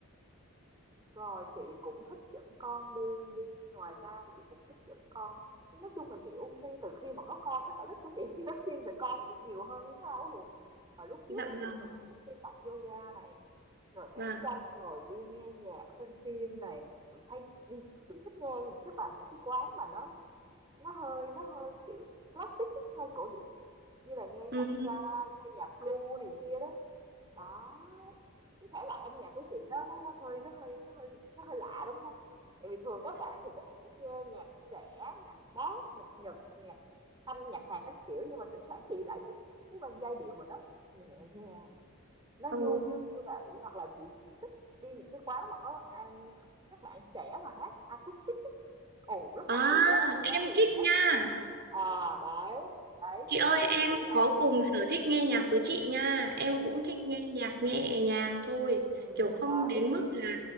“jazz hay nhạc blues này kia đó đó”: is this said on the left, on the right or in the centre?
Right